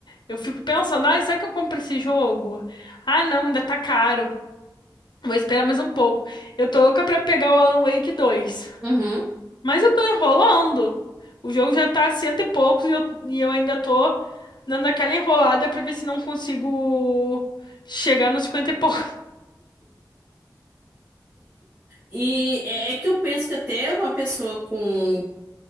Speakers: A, on the left (about 75°); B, on the right (about 20°).
A: eu fico pensando, ai, será que eu compro esse jogo? Ah, não, ainda tá caro. Vou esperar mais um pouco. Eu tô louca pra pegar o Alan Wake 2.
B: Uhum.
A: Mas eu tô enrolando. O jogo já tá a cento e poucos e eu, e eu ainda tô dando aquela enrolada pra ver se não consigo chegar nos 50 e poucos.
B: E é é que eu penso que até uma pessoa com